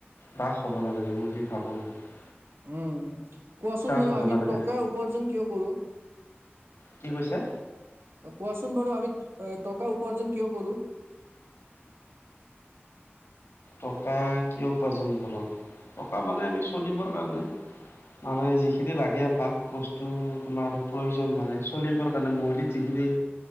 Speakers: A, on the left; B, on the right.
A: বাস হ'ব নালাগে, মই দি মই ভাবোঁ মানে।
B: উম, কোৱাচোন বাৰু
A: হ'ব
B: আমি
A: নালাগে
B: টকা উপাৰ্জন কিয় কৰোঁ?
A: কি কৈছা?
B: অ কোৱাচোন বাৰু আমি টকা উপাৰ্জন কিয় কৰোঁ?
A: টকা কিয় উপাৰ্জন কৰোঁ, টকা মানে আমি চলিবৰ কাৰণে। মানে যিখিনি লাগে আমাক বস্তু তোমাৰ প্ৰয়োজন মানে চলিবৰ কাৰণে মৌলিক যিখিনি